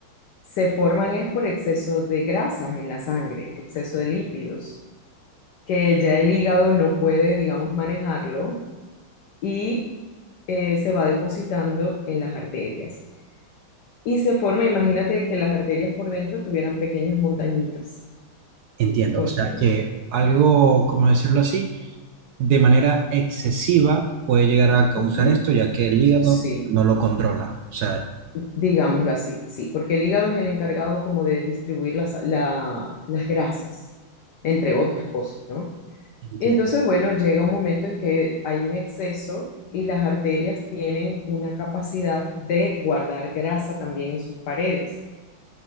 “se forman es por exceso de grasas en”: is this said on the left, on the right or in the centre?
Left